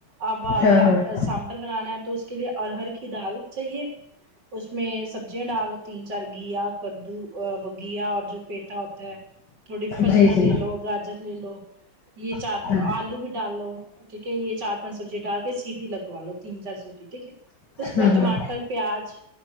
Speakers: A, on the right; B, on the left.
A: اب اگر
B: ہاں ہاں
A: آپ سانبر بنانا ہے تو کے لیے ارہر کی دال چاہیے اس میں سبزیاں ڈال دو تین چار گیا کدو گیا اور جو پیٹا ہوتا ہے تھوڑی فلیاں
B: جی جی
A: لے لو گاجر لے لو یہ چار
B: ہوں
A: آلو بھی ڈال لو ٹھیک ہے یہ چار پانچ سبزی ڈال کے سیٹی لگوا لو تین چار سیٹی ٹھیک ہے اس کے
B: ہوں
A: بعد ٹماٹر پیاز